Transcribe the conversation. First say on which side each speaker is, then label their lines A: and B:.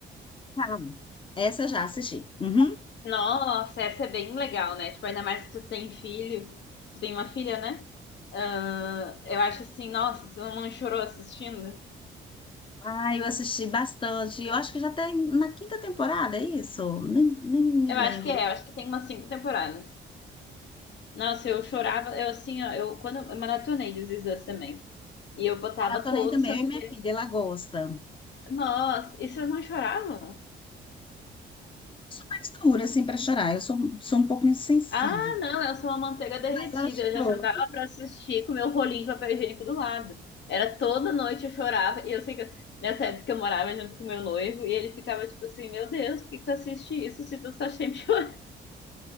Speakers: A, on the left; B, on the left.
A: Ah, Essa eu já assisti. Uhum.
B: Nossa, essa é bem legal, né? Tipo, ainda mais se tu tem filho, tu tem uma filha, né? Ah, eu acho assim, nossa, tu não chorou assistindo?
A: Ah, eu assisti bastante. Eu acho que já tem na quinta temporada, é isso? Nem, nem me
B: Eu
A: lembro.
B: acho que é, eu acho que tem umas cinco temporadas. Nossa, eu chorava, eu assim, ó, eu quando eu maratonei This Is Us também. E eu botava
A: Maratonei
B: todo
A: também,
B: santo
A: eu e minha
B: dia.
A: filha, ela gosta.
B: Nossa, e vocês não choravam?
A: Sou mais dura, assim, para chorar. Eu sou, sou um pouco insensível.
B: Ah, não, eu sou uma manteiga derretida.
A: Mas ela chorou.
B: Eu já sentava pra assistir com meu rolinho de papel higiênico do lado. Era toda noite eu chorava. E eu sei que eu- nessa época eu morava junto com meu noivo e ele ficava tipo assim: Meu Deus, por que que tu assiste isso se tu tá sempre chorando?